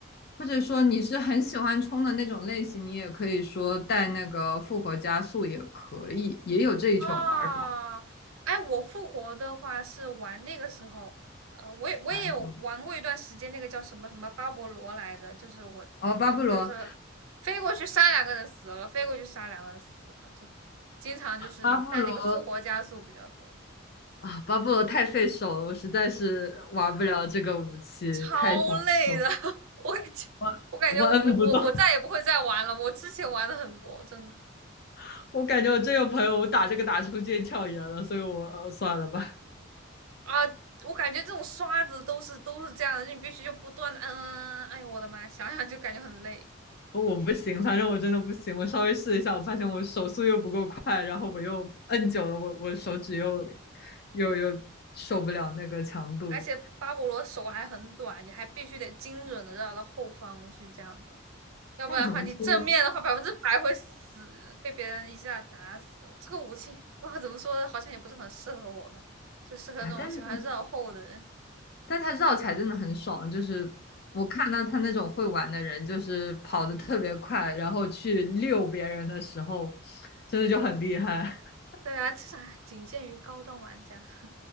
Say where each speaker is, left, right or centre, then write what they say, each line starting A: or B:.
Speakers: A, on the left; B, on the right.
A: 或者说你是很喜欢冲的那种类型，你也可以说带那个复活加速也可以，也有这一种玩法。
B: 啊，哎，我复活的话是玩那个时候，呃，我也我也有玩过一段时间，
A: 反正
B: 那个叫什么什么巴勃罗来着，就是我
A: 哦，巴布罗，
B: 就是飞过去杀两个人死了，飞过去杀两个人死了，就经常就是带那个复活加速比较多，
A: 巴布罗啊，巴布罗太费手了，我实在是玩不了这个武器，
B: 超累的，
A: 太伤手，
B: <laughs> 我感觉
A: 我我摁不动，
B: 我感觉我我我我再也不会再玩了，我之前玩的很多，真的
A: <laughs> 我感觉我真有朋友我打这个打出腱鞘炎了，所以我呃算了吧。
B: 啊。我感觉这种刷子都是都是这样的，你必须就不断的，嗯，哎呦我的妈，想想就感觉很累。
A: 哦我不行，反正我真的不行。我稍微试一下，我发现我手速又不够快，然后我又摁久了，我我手指又又又受不了那个强度。
B: 而且巴勃罗手还很短，你还必须得精准的绕到后方去这样子，要不然的话，
A: 但怎么说
B: 你正面的话百分之百会死，被别人一下打死。这个武器不知道怎么说呢，好像也不是很适合我吧，就适合那种喜欢绕后的人。
A: 啊？但但他绕起来真的很爽，就是我看到他那种会玩的人，就是跑得特别快，然后去溜别人的时候，真的就很厉害。<laughs>
B: 虽然这还仅限于高端玩家，